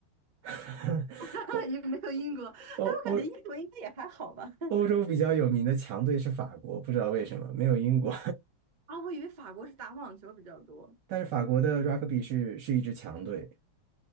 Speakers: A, on the right; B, on the right.
A: <laughs>
B: <laughs>
A: 欧
B: 也没有英国，哎，
A: 哦哦，
B: 我感觉英国应该也还好吧。<laughs>
A: 欧洲比较有名的强队是法国，不知道为什么没有英国，
B: 啊，我以为法国是打网球比较多。
A: <laughs> 但是法国的 rugby 是是一支强队。